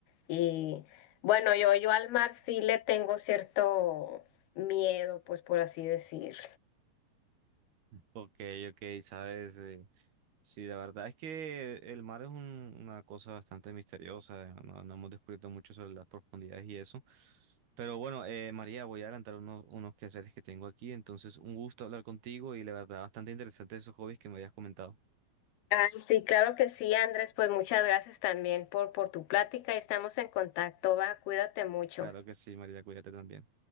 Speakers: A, on the left; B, on the right.
A: Y bueno, yo, yo al mar sí le tengo cierto miedo, pues por así decir.
B: ok, ok, sabes, eh, sí, la verdad es que el mar es un- una cosa bastante misteriosa, no, no hemos descubierto mucho sobre las profundidades y eso. Pero bueno, eh, María, voy a adelantar unos, unos quehaceres que tengo aquí, entonces un gusto hablar contigo y la verdad bastante interesante esos hobbies que me habías comentado.
A: Ay, sí, claro que sí, Andrés, pues muchas gracias también por, por tu plática y estamos en contacto, va, cuídate mucho.
B: Claro que sí, María, cuídate también.